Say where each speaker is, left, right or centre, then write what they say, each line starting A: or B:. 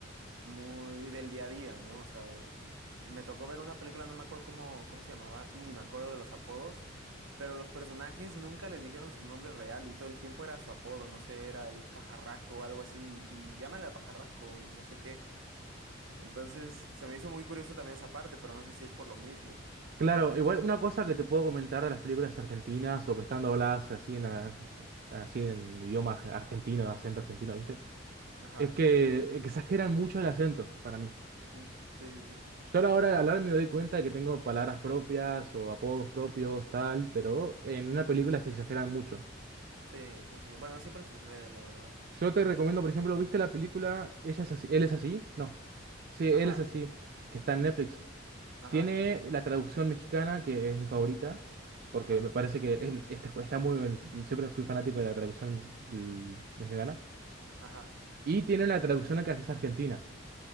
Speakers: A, on the right; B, on the right.
A: muy del día a día, ¿no? O sea, me tocó ver una película, no me acuerdo cómo, cómo se llamaba, ni me acuerdo de los apodos, pero los personajes nunca les dijeron su nombre real y todo el tiempo era su apodo, no sé, era el pajarraco o algo así, y llámale al pajarraco y no sé qué. Entonces, se me hizo muy curioso también esa parte, pero no sé si es por lo mismo.
B: Claro, igual una cosa que te puedo comentar de las películas argentinas o que están dobladas así en, ah, así en idioma arge- argentino, acento argentino, ¿viste?
A: Ajá.
B: Es que exageran mucho el acento para mí.
A: Ujú. Sí, sí, sí.
B: Yo a la hora de hablar me doy cuenta de que tengo palabras propias o apodos propios, tal, pero en una película se exageran mucho.
A: Sí, sí, sí. Bueno, siempre sucede, la verdad.
B: Yo te recomiendo, por ejemplo, ¿viste la película Ella es así? ¿Él es así? No. Sí, él
A: Ajá,
B: es así,
A: sí, sí.
B: que está en Netflix.
A: Ajá,
B: Tiene la traducción mexicana, que es mi favorita, porque
A: ajá,
B: me parece que es- este- está muy bien. Siempre fui fanático de la traducción l- mexicana.
A: ajá.
B: Y tiene una traducción que es argentina.